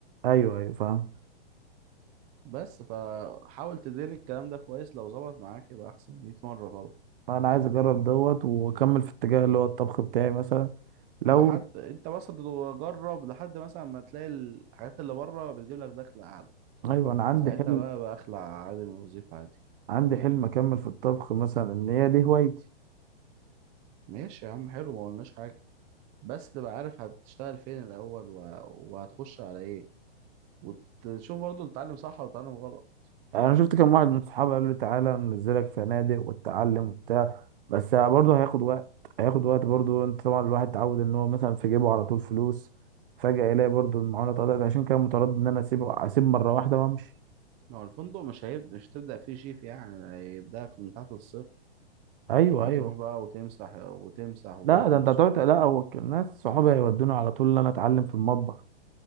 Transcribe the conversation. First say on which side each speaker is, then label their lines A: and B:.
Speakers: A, on the right (about 55°); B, on the right (about 20°).
A: ايوه ايوه فاهم
B: بس فحاول تدير الكلام ده كويس لو ظبط معاك يبقى احسن 100 مرة طبعا
A: انا عايز اجرب دوت واكمل في الاتجاه اللي هو الطبخ بتاعي مثلا لو
B: لحد انت بس بتجرب لحد مثلا ما تلاقي الحاجات اللي بره بتجيب لك دخل اعلى
A: ايوه انا عندي
B: ساعتها
A: حلم
B: بقى بقى اخلع عادي من الوظيفة عادي
A: عندي حلم اكمل في الطبخ مثلا ان هي دي هوايتي
B: ماشي يا عم حلو ما قلناش حاجة بس تبقى عارف هتشتغل فين الاول و... وهتخش على ايه وتشوف برضه بتتعلم صح ولا بتتعلم غلط
A: انا شفت كم واحد من صحابي قال لي تعالى ننزلك فنادق وتتعلم وبتاع بس برضه هياخد وقت هياخد وقت برضه انت طبعا الواحد اتعود ان هو مثلا في جيبه على طول فلوس فجأة يلاقي برضه المعونة اتقطعت عشان كده متردد ان انا اسيبه اسيب مرة واحدة وامشي
B: ما هو الفندق مش هيبدأ مش هتبدأ فيه شيف يعني هيبدأك من تحت الصفر
A: ايوه
B: وهتروح
A: ايوه
B: بقى وتمسح وتمسح وتكنس
A: لا ده انت هتقعد لا هو الناس صحابي هيودوني على طول ان انا اتعلم في المطبخ